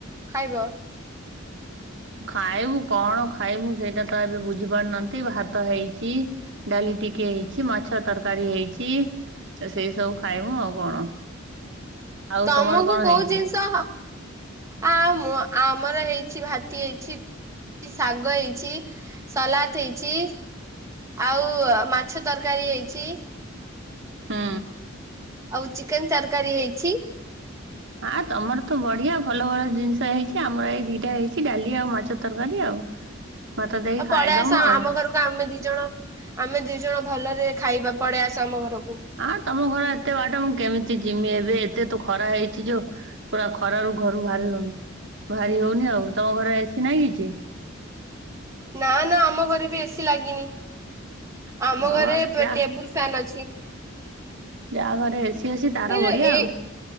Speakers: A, on the right; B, on the right.
A: ଖାଇବ।
B: ଖାଇବୁ କଣ ଖାଇବୁ ସେଟା ତ ଏବେ ବୁଝି ପାରୁନାହାନ୍ତି, ଭାତ ହେଇଚି। ଡାଲି ଟିକେ ହେଇଚି, ମାଛ ତରକାରୀ ହେଇଚି। ତ ସେଇ ସବୁ ଖାଇବୁ ଆଉ କଣ। ଆଉ
A: ତମକୁ
B: ତମର କଣ
A: କୋଉ
B: ହେଇଛି
A: ଜିନିଷ ଆ ମୁଁ ଆମର ହେଇଚି ଭାତି ହେଇଚି। ଶାଗ ହେଇଚି ସଲାଟ ହେଇଚି। ଆଉ ମାଛ ତରକାରୀ ହେଇଚି।
B: ହୁଁ।
A: ଆଉ ଚିକେନ ତରକାରୀ ହେଇଚି।
B: ଆ ତମର ତ ବଢିଆ ଭଲ ଭଲ ଜିନିଷ ହେଇଚି ଆମର ଏଇ ଦିଟା ହେଇଚି ଡାଲି ଆଉ ମାଛ ତରକାରୀ ଆଉ। ଭାତ ଦେଇକି
A: ତ
B: ଖାଇଦମୁ
A: ପଳେଇ ଆସ
B: ଆଉ
A: ଆମ ଘରକୁ ଆମେ ଦି ଜଣ ଆମେ ଦି ଜଣ ଭଲରେ ଖାଇବା ପଳେଇ ଆସ ଆମ ଘରକୁ।
B: ଆଁ ତମ ଘର ଏତେ ବାଟ ମୁଁ କେମିତି ଯିମି ଏବେ ଏତେ ତ ଖରା ହେଇଚି ଯଉ ପୁରା ଖରାରୁ ଘରୁ ଭାରି ହଉନି ଭାରି ହଉନି ଆଉ ତମ ଘର ଏସି ନାଇଁ କିଛି?
A: ନା ନା ଆମ ଘରେ ବି ଏସି ଲାଗିନି। ଆମ
B: ହଁ
A: ଘରେ
B: ବା ଯା
A: ଟେବୁଲ ଫ୍ୟାନ୍ ଅଛି।
B: ଯାହା ଘରେ ଏସି ଅଛି ତାର
A: ଏ
B: ବଢିଆ
A: ଏଇ
B: ଆଉ।